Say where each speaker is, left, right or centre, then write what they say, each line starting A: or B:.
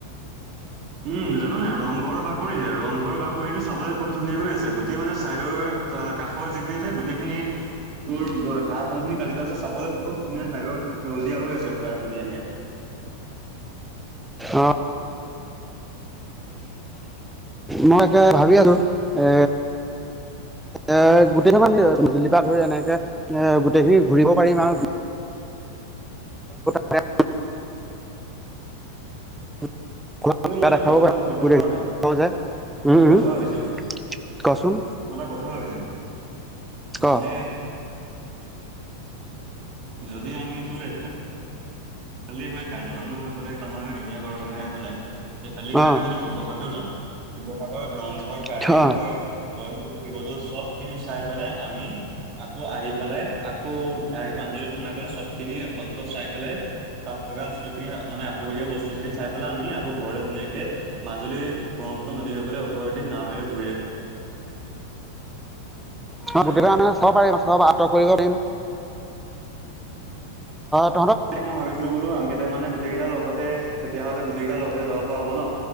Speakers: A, on the right; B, in the centre.
A: উম জানো নাই ৰংঘৰ বাকৰি যে ৰংঘৰৰ বাকৰিতটো চাবলৈ বহুত ধুনীয়া হৈ আছে। গোটেই মানে চাইদৰ। অ', কাষৰ যিখিনি যে গোটেইখিনি তোৰ। ঘাঁহ বপন খিন কাটি থ আছে। চাবলৈ বহুত ধুনীয়া চাই ল সেউজীয়া হৈ আছে। পুৰা ধুনীয়াকে
B: অ মই একে ভাবি আছো এ এ', গোটেই মানি জ লিপা ধৰি এনেকে এ', গোটেইখিনি ঘূৰিব পাৰিম আৰু <unintelligible> <unintelligible> <unintelligible>
A: কিন্তু মই এটা কথা ভাবিছিলো গম পাৱ নাই মই এটা কথা ভাবিছিলো
B: কচোন?
A: মই এটা কথা ভাবিছিলো
B: ক
A: মানে যদি আমি তোৰ ফালি হয়। কাজিৰঙা হৈ পেলাই তমাৰ এশেঙীয়াৰ কাৰে হৈ পেলাই। সেই ফালি গৈ আমি
B: অ
A: যদি শিৱসাগৰ যাওঁ। শিৱসাগৰত ৰংঘৰ, কাৰেংঘৰ
B: অ',
A: জয়দল, শিৱদ'ল চব খিনি চাই পেলাই আমি আকৌ আহি পেলাই আকৌ আহি মাজৰি সোমাই পেলাই চব খিনি সত্ৰ চাই পেলাই। তাত থকাখিনি মানে আপুৰুগীয়া বস্তুখিনি চাই পেলাই আমি আকৌ ঘৰলৈ ধুনীয়াকে মাজুলী ব্ৰহ্মপুত্ৰ নদসকলে ওপৰে দি নাৱেৰে ঘূৰে আহিব
B: মই
A: পাৰিম
B: প্ৰতি
A: আমি।
B: মানে চাব পাৰিম। চব আঁতক কৰিব পাৰিম। ঘ
A: মই ভাবিছিলো বোলো। আমি কেইাৰ মানে গোটেইটাৰ লগতে তেতিয় হ'লে গোটেইাৰ লগতে যাব পৰা হব ন